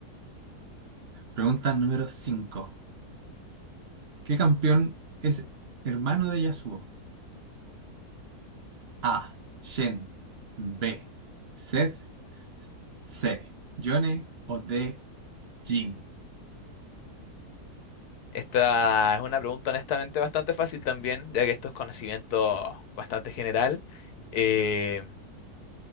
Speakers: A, on the right; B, on the left.
A: Pregunta número 5. ¿Qué campeón es hermano de Yasuo? A. Shen. B. Seth. C. Yone. O D. Jin.
B: Esta es una pregunta honestamente bastante fácil también, ya que esto es conocimiento bastante general. Eh,